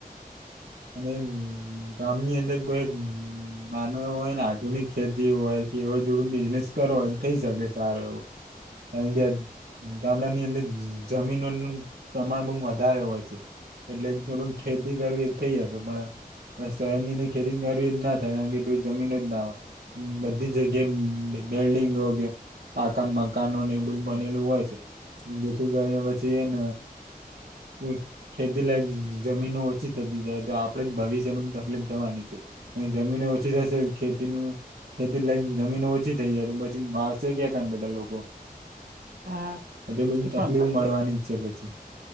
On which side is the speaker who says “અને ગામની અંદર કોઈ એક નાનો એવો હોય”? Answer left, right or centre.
Right